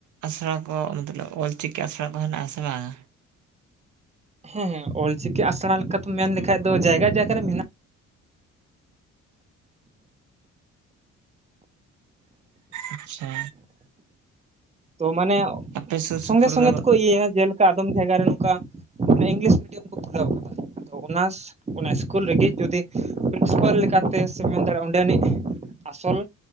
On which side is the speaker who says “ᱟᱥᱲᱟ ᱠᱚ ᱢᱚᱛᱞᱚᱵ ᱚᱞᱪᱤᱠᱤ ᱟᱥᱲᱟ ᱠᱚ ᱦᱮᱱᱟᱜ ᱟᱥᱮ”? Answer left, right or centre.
Right